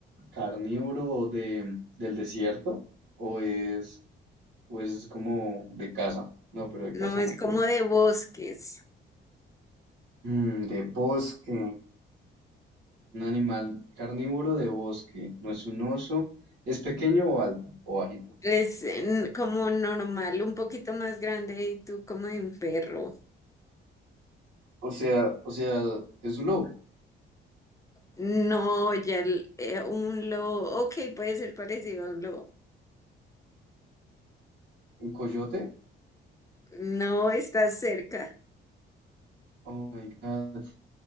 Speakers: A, on the right (about 75°); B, on the left (about 15°).
A: carnívoro o de, del desierto, o es, o es como de casa. No, pero de
B: no
A: casa
B: es
A: no puede
B: como
A: ser.
B: de bosques.
A: Mm, de bosque, un animal carnívoro de bosque, no es un oso, es pequeño o alto o bajito.
B: Es eh, n- como normal, un poquito más grande y tú como de un perro.
A: O sea, o sea, es un lobo,
B: No, ya el- eh, un lobo. Ok, puede ser parecido a un lobo.
A: un coyote.
B: No está cerca.
A: Oh my God.